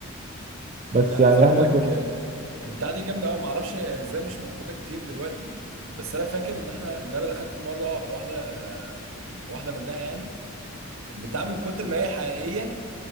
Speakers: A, on the right; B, on the right.
A: يا
B: بس
A: ابني عايز
B: يعني
A: اقول
B: احنا
A: لك
B: كنا
A: آه، البتاعه دي جامده قوي معرفش ازاي مش موجوده كتير دلوقتي بس انا فاكر ان احنا ان انا دخلت مره واحده آه، م- واحده منها يعني البتاعه من كتر ما هي حقيقيه